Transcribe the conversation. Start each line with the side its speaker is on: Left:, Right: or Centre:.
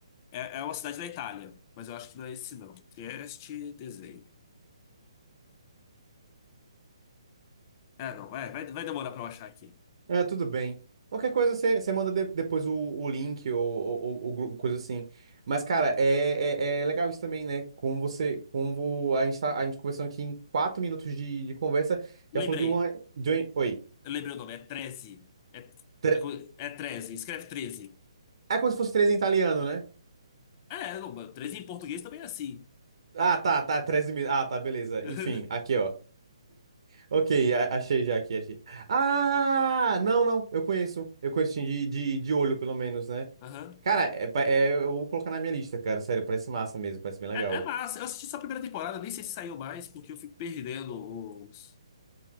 Left: é, é uma cidade da Itália, mas eu acho que não é esse não. Trieste, desenho. Ah, não, vai, vai, vai demorar pra eu achar aqui.
Right: É, tudo bem. Qualquer coisa você você manda de- depois o, o link ou, ou, ou- ou gru- coisa assim. Mas, cara, é, é, é legal isso também, né? Como você, como a gente tá, a gente conversando aqui em quatro minutos de, de conversa, já
Left: Lembrei,
Right: falou de uma, de um- oi.
Left: eu lembrei o nome, é treze, É,
Right: Tre-
Left: é 13, escreve 13.
Right: É como se fosse três em italiano, né?
Left: É, não, 13 em português também é assim.
Right: Ah, tá, tá, 13 mil. Ah, tá, beleza.
Left: <laughs>
Right: Enfim, aqui, ó. Ok, a- achei já aqui, achei. Ah, não, não, eu conheço. Eu conheço sim, de, de, de olho, pelo menos, né?
Left: Aham.
Right: Cara, é, pa- é- eu vou colocar na minha lista, cara. Sério, parece massa mesmo, parece bem legal.
Left: É, é massa, eu assisti só a primeira temporada, nem sei se saiu mais, porque eu fico perdendo os...